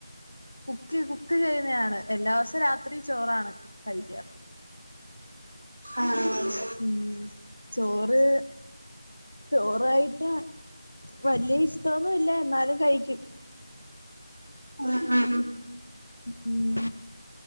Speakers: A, on the left; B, on the right.
A: കുക്ക് കുക്ക്ചെയ്യുന്നെയാണ് എല്ലാ ദിവസവും രാത്രി ചോറാണ് കഴിക്കാറ്.
B: ആഹ് ആഹ്
A: ഉം ചോറ് ചോറായിട്ടാ വലിയ ഇഷ്ട്ടൊന്നുല്ല എന്നാലും കഴിക്കും.
B: ആഹ് ഉം, ഉം
A: ഉം